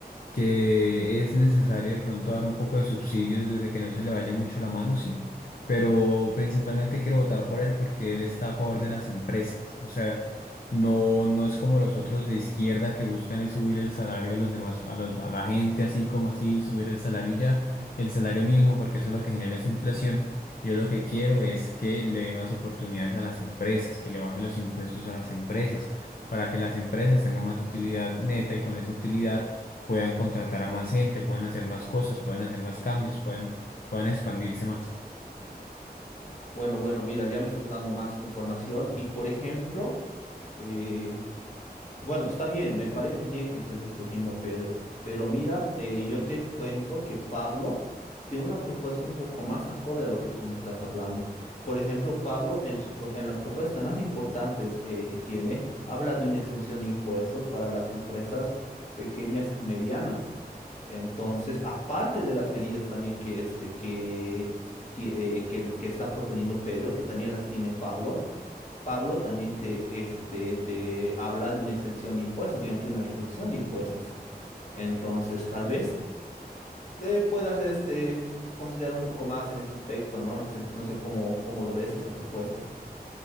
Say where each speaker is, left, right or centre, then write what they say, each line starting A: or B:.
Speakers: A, on the left; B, on the left.
A: que es necesario de pronto dar un poco de subsidios desde que no se le vaya mucho la mano, sí. Pero principalmente quiero votar por él porque él está a favor de las empresas. O sea, no, no es como los otros de izquierda que buscan es subir el salario a los demás, a los, a la gente así como así, subir el salario y ya, el salario mínimo, porque eso lo que genera es inflación. Yo lo que quiero es que le dé más oportunidades a las empresas, que le baje los impuestos a las empresas, para que las empresas tengan más utilidad neta y con esa utilidad puedan contratar a más gente, puedan hacer más cosas, puedan hacer más cambios, puedan, puedan expandirse más.
B: Bueno, bueno, mira, ya me estás dando más información y, por ejemplo, eh, Bueno, está bien, me parece bien que estés escogiendo a Pedro, pero mira, eh, yo te cuento que Pablo tiene una propuesta un poco más acorde a lo que tú me estás hablando. Por ejemplo, Pablo en, sus pro- en las propuestas más importantes eh, que tiene, habla de una exención de impuestos para las empresas pequeñas y medianas. Entonces, aparte de las medidas también que, este, que, ti- eh, que, que está proponiendo Pedro, que también las tiene Pablo. Pablo también te, es- te, te habla de una extensión de impuestos, digamos, de una reducción de impuestos. Entonces, tal vez te puedas este, considerar un poco más en ese aspecto, ¿no? No sé, no sé cómo, cómo lo ves esa propuesta.